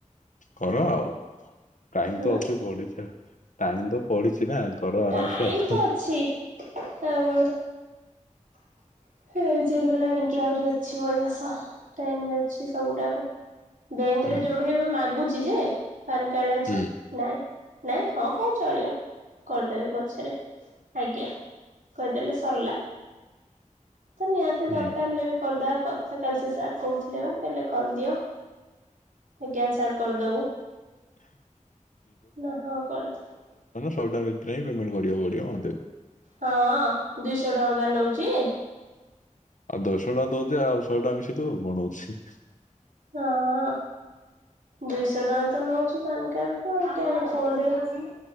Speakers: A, on the left; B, on the right.
A: କର ଆଉ ଟାଇମ
B: ହୁଁ
A: ତ ଅଛି ପଡିଜା ଟାଇମ୍ ତ ପଡିିଛି ନା। କର ଆରାମସେ
B: ଟାଇମ
A: ଆଉ।
B: ତ ଅଛି ତାପର <unintelligible> ହଁ ଯ ଗ ଲାଣି କି ଆହୁରି ଅଛି ବୟସ ଟାଇମ ଅଛି ସବୁଡାକୁ ବ୍ୟାଙ୍କ
A: ହୁଁ
B: ରେ ଯୋଉଠି ଏବେ ମାଗୁଛି। <unintelligible> ଯେ ପାନ କାର୍ଡ ଅଛି
A: ହୁଁ
B: ନାଇଁ ନାଇଁ ହଁ ହଉ ଚଳିବ କରିଦେବେ ପଛରେ ଆଜ୍ଞା କହିଦେଲେ ସରିଲା ତ ନିହାତି
A: ହୁଁ।
B: ଦରକାର ହେଲେ ବି କରିଦଵା। କଥା କାଲି ସେ ସାର୍ କହୁଥିଲେ ବା କହିଲେ କରିଦିଅ। ଆଜ୍ଞାା ସାର୍ କରିଦବୁ ନା ହଁ କରିଦିଅ।
A: <unintelligible> ଛଟା ଭିତରେଁ ହିଁ ପେମେଣ୍ଟ କରିବା ପଡିବ ମୋତେ।
B: ହଁ। ଦୁଇଶହ ଟଙ୍କା ବା ନେଉଛି।
A: ଆଉ ଦୁଇ ଶହ ଟଙ୍କା ଦଉଛି ଆଉ ଶହେ ଟଙ୍କା ମିଶେଇ ଦଵୁ କଣ ହଉଛି।
B: ହଁ। ଦୁଇଶହ ଟଙ୍କା ତ ନଉଛି ପାନ କାର୍ଡ କୁ <unintelligible> ଫୋନେରେ